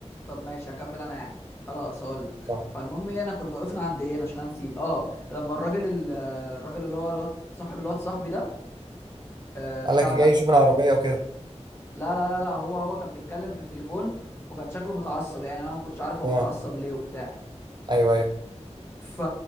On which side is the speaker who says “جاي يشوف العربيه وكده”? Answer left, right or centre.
Right